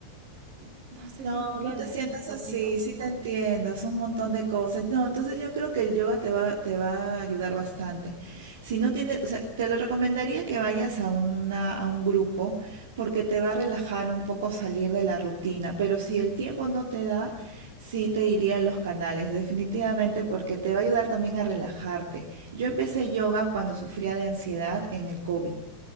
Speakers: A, on the right; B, on the right.
A: <laughs> no sé
B: No,
A: si me entiendes,
B: no te sientas
A: Rocío.
B: así, sí te entiendo, es un montón de cosas. No, entonces yo creo que el yoga te va, te va a ayudar bastante. Si no tienes, o sea, te lo recomendaría que vayas a una, a un grupo porque te va a relajar un poco salir de la rutina, pero si el tiempo no te da, sí te diría los canales, definitivamente, porque te va a ayudar también a relajarte. Yo empecé yoga cuando sufría de ansiedad en el COVID.